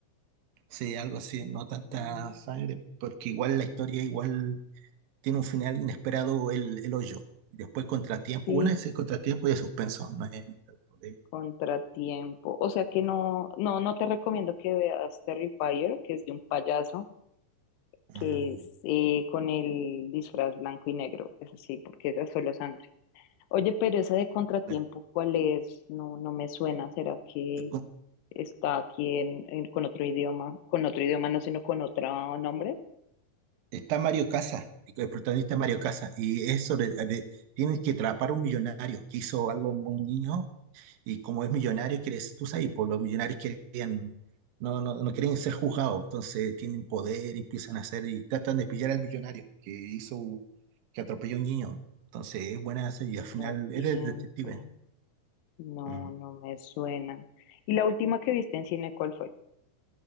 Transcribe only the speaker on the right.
Sí, algo así, no tanta
sangre, porque igual la historia igual tiene un final inesperado el, el hoyo. Y Después contratiempo,
bueno, es el contratiempo y el suspenso, no es tanto de-
Ah,
bueno,
y con-
está Mario Casas, y el protagonista es Mario Casas, y es sobre, de- tienes que atrapar a un millonario que hizo algo a un niño Y como es millonario, quiere, tú sabes, pues los millonarios querían, no, no, no quieren ser juzgados, entonces tienen poder, empiezan a hacer y tratan de pillar al millonario que hizo, que atropelló a un niño. Entonces es buena esa y al final
es de detective.
Mm.